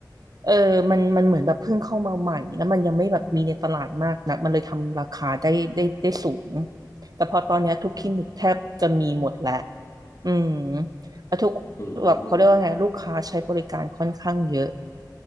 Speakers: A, on the right; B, on the left.
A: เออมันมันเหมือนแบบเพิ่งเข้ามาใหม่แล้วมันยังไม่แบบมีในตลาดมากนักมันเลยทำราคาได้ได้ได้สูงแต่พอตอนเนี้ยทุกคลินิกแทบจะมีหมดแล้วอืมแล้วทุก
B: อืม
A: แบบเขาเรียกว่าไงลูกค้าใช้บริการค่อนข้างเยอะ